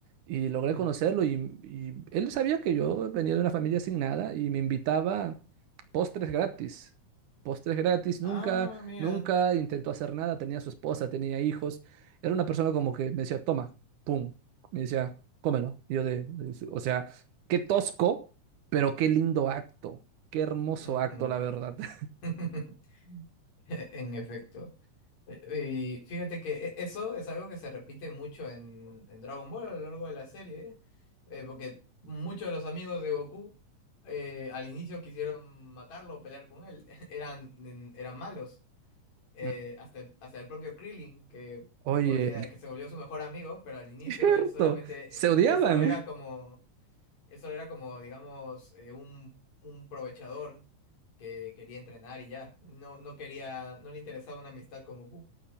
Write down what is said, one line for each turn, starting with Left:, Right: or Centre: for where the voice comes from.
Right: Y logré
Left: mm,
Right: conocerlo y, y él sabía que yo venía de una familia sin nada y me invitaba postres gratis. Postres gratis,
Left: Ah,
Right: nunca
Left: mira.
Right: Nunca intentó hacer nada, tenía su esposa, tenía hijos. Era una persona como que me decía, toma, pum. Me decía, cómelo. Y Yo de, de- o sea, qué tosco, pero qué lindo acto. Qué hermoso
Left: Ujú.
Right: acto, la verdad. <laughs>
Left: <laughs> En efecto. Eh, Y fíjate que e- eso es algo que se repite mucho en, en Dragon Ball a lo largo de la serie, ¿eh? Eh, porque muchos de los amigos de Goku eh, al inicio quisieron matarlo o pelear con él. <laughs> Eran, eran malos. eh,
Right: Mm,
Left: hasta, el- hasta el propio Krillin, que
Right: Oye,
Left: podía, que se volvió su mejor amigo, pero al inicio
Right: <laughs> cierto,
Left: él solamente,
Right: se
Left: eh,
Right: odiaban.
Left: él solo era como, él solo era como, digamos, eh, un, un provechador que quería entrenar y ya. No, no quería, no le interesaba una amistad con Goku.